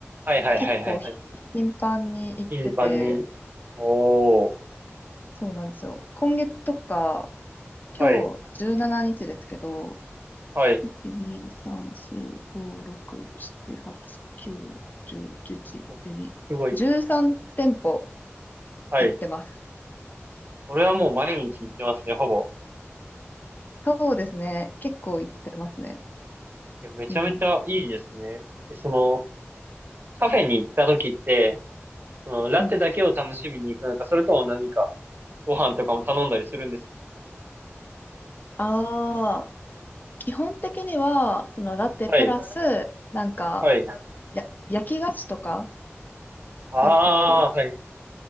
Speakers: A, on the right; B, on the left.
A: い、はい、はい、
B: 結構ひ頻繁に行ってて、
A: はい、はい。頻繁に。おー、
B: そうなんですよ。今月とか、今日17日ですけど、
A: はい、はい。
B: 1、2、3、4、5、6、7、8、9、10、11、
A: おすごい。
B: 12、じゅうさん店舗
A: はい。
B: 行ってます。
A: それはもう毎日行ってますね、ほぼ。
B: そうですね。結構行ってますね。
A: いや、めちゃめちゃいいですね。
B: うん。
A: でその、カフェに行った時って、その、ラテだけを楽しみに行くのか、
B: うん。
A: それとも何か、ご飯とかも頼んだりするんですか
B: あ基本的には、そのラテプラス、
A: はい、、、
B: なんか、
A: はい。か
B: や、焼き菓子とか、
A: ああ、
B: よく
A: はい、